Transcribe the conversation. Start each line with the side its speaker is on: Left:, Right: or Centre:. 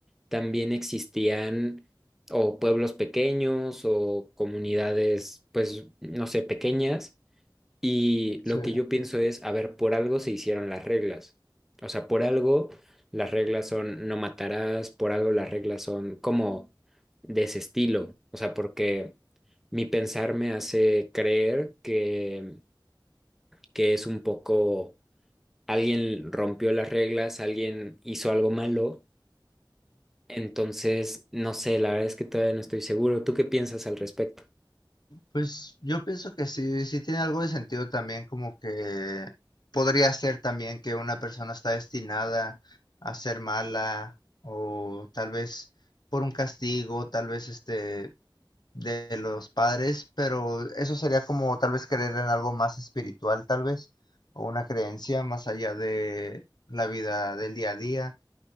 Centre: también existían o pueblos pequeños o comunidades, pues, no sé, pequeñas. Y
Left: Sí.
Centre: lo que yo pienso es, a ver, por algo se hicieron las reglas. O sea, por algo las reglas son no matarás, por algo las reglas son como de ese estilo. O sea, porque mi pensar me hace creer que, que es un poco alguien rompió las reglas, alguien hizo algo malo. Entonces, no sé, la verdad es que todavía no estoy seguro. ¿Tú qué piensas al respecto?
Left: Pues yo pienso que sí, sí tiene algo de sentido también, como que podría ser también que una persona está destinada a ser mala o tal vez por un castigo, tal vez este de los padres, pero eso sería como tal vez creer en algo más espiritual, tal vez, o una creencia más allá de la vida del día a día